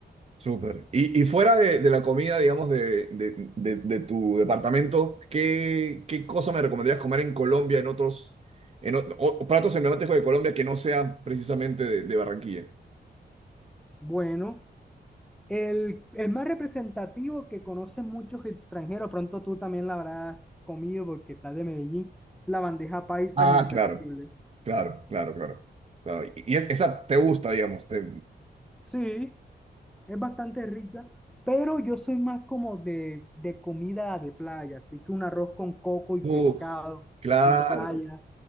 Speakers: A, on the right (about 35°); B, in the centre.
A: Súper. Y, y fuera de, de la comida, digamos, de, de- de- de tu departamento, ¿qué, qué cosa me recomendarías comer en Colombia, en otros, en ot- o- platos emblemáticos de Colombia que no sean precisamente de, de Barranquilla?
B: Bueno, el, el más representativo que conocen muchos extranjeros, pronto tú también la habrás comido porque estás de Medellín, la bandeja paisa
A: Ah,
B: es imperdible.
A: claro, claro, claro, claro. claro. Y, y es- esa te gusta, digamos. Te,
B: Sí, Es bastante rica, pero yo soy más como de, de comida de playa, así que un arroz con coco y
A: Uf,
B: pescado
A: claro.
B: en playa,